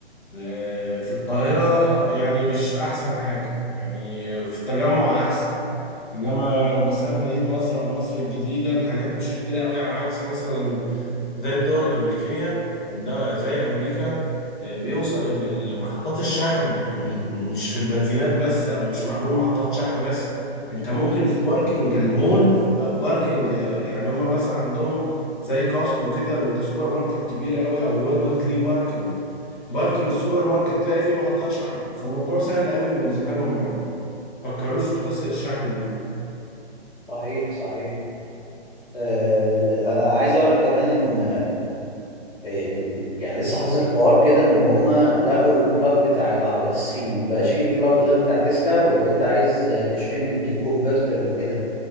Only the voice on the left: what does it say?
آه، في القاهرة يعني مش أحسن حاجة يعني في التجمع أحسن إنما لو بصينا في مدينة نصر أو مصر الجديدة الحاجات مش كتيرة قوي على عكس مثلا زي الدول الأمريكية والد- زي أمريكا آه، بيوصل إن ال- محطات الشحن من- مش في البنزينات بس أو مش معمول محطات شحن بس أنت ممكن في باركينج المول أو باركينج آه، يعني هما مثلا عندهم زي كاسكو كده بالسوبر ماركت كبير قوي أو والمارت ليه باركينج باركينج السوبر ماركت تلاقي فيه محطات شحن فالموضوع سهل قوي بالنسبة لهم ما فكروش في قصة الشحن دي